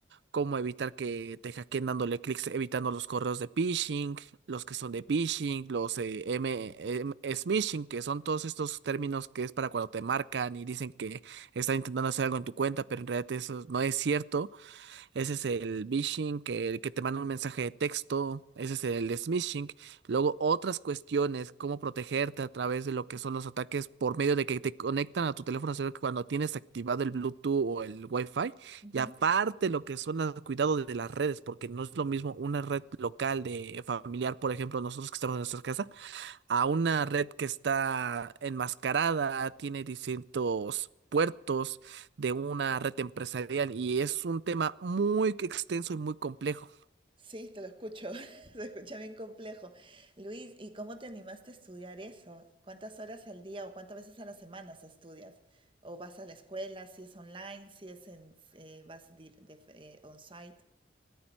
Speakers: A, on the right; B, on the right.
A: cómo evitar que te hackeen dándole clics, evitando los correos de phishing, los que son de phishing, los eh, M, M- eh, smishing, que son todos estos términos que es para cuando te marcan y dicen que están intentando hacer algo en tu cuenta, pero en realidad eso no es cierto ese es el vishing, que, que te manda un mensaje de texto, ese es el smishing. Luego otras cuestiones, cómo protegerte a través de lo que son los ataques por medio de que te conectan a tu teléfono celular cuando tienes activado el Bluetooth o el Wi-Fi.
B: Ujú.
A: Y aparte lo que son los cuidados de las redes, porque no es lo mismo una red local de familiar, por ejemplo, nosotros que estamos en nuestra casa a una red que está enmascarada, tiene distintos puertos de una red empresarial y es un tema muy extenso y muy complejo.
B: Sí, te lo escucho, <laughs> se escucha bien complejo. Luis, ¿y cómo te animaste a estudiar eso? ¿Cuántas horas al día o cuántas veces a la semana se estudias? ¿O vas a la escuela, si es online, si es en, eh, vas dir- de- eh, on-site?